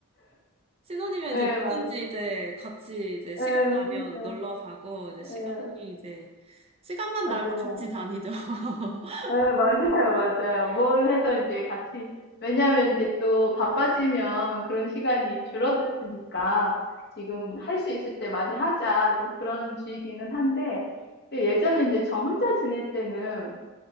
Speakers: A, on the right; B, on the left.
A: 신혼이면
B: 네,
A: 이제 뭐든지
B: 맞아
A: 이제 같이 이제 시간
B: 예,
A: 나면 놀러 가고, 이제 시간이
B: 예, 예,
A: 이제, 시간만
B: 맞아요.
A: 나면 같이 다니죠. <laughs>
B: 네, 맞아요, 맞아요. 뭘 해도 이제 같이, 왜냐면 이제 또 바빠지면 그런 시간이 줄어드니까 지금 할 수 있을 때 많이 하자. 좀 그런 주의기는 한데, 근데 예전에 이제 저 혼자 지낼 때는